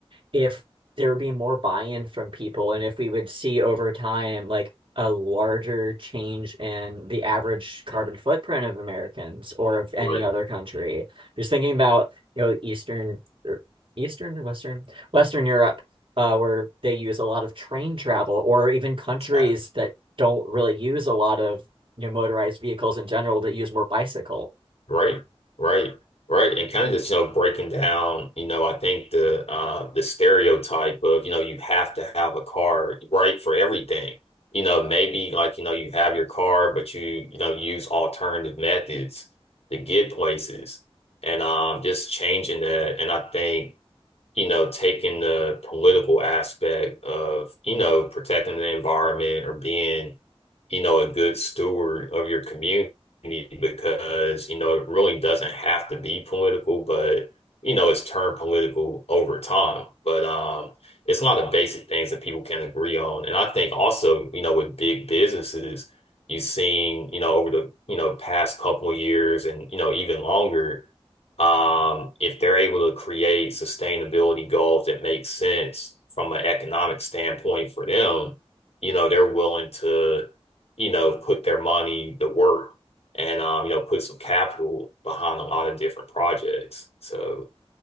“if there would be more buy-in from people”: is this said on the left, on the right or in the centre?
Right